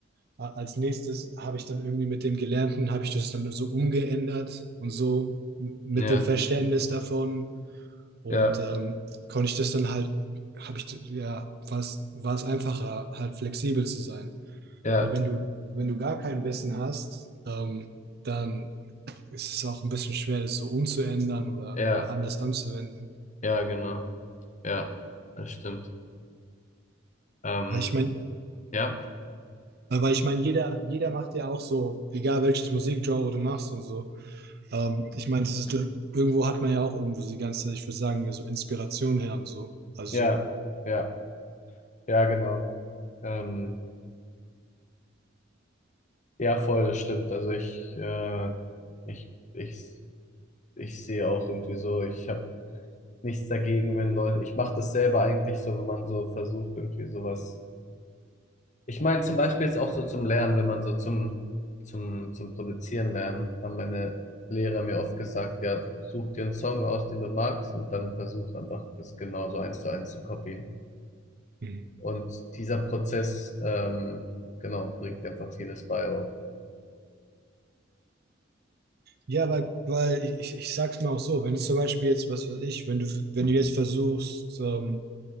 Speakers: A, on the right; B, on the left.
A: a- als nächstes habe ich dann irgendwie mit dem Gelernten, habe ich das dann so umgeändert und so m- mit
B: Ja,
A: dem Verständnis davon. Und
B: ja,
A: ähm, konnte ich das dann halt, habe ich, ja, war es, war es einfacher, halt flexibel zu sein.
B: ja,
A: Weil wenn du, wenn du gar kein Wissen hast, ähm, dann ist es auch ein bisschen schwer, das so umzuändern oder,
B: ja,
A: oder anders anzuwenden.
B: ja, genau. Ja, das stimmt. Ähm,
A: Weil ich meine,
B: ja,
A: Äh, Weil ich meine, jeder, jeder macht ja auch so, egal welches Musikgenre du machst und so. Ähm, ich meine, das ist, irgendwo hat man ja auch irgendwo die ganze, ich würde sagen, ja, so Inspiration her und so. Also,
B: ja, ja, ja, genau. Ähm, ja, voll, das stimmt. Also ich, äh, ich, ich ich sehe auch irgendwie so, ich habe nichts dagegen, wenn Leute, ich mache das selber eigentlich so, wenn man so versucht, irgendwie sowas. Ich meine zum Beispiel jetzt auch so zum Lernen, wenn man so zum, zum, zum Produzieren lernen, haben meine Lehrer mir oft gesagt, ja, such dir einen Song aus, den du magst, und dann versuch einfach, das genauso eins zu eins zu kopieren.
A: mhm.
B: Und dieser Prozess, ähm, genau, bringt dir einfach vieles bei auch.
A: ja, weil, weil ich, ich sag's mal auch so, wenn du zum Beispiel jetzt, was weiß ich, wenn du, wenn du jetzt versuchst, ähm,